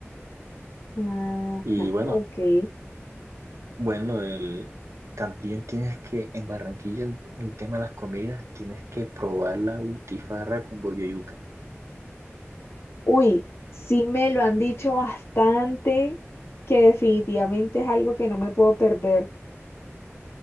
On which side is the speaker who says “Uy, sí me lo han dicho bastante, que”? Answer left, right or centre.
Left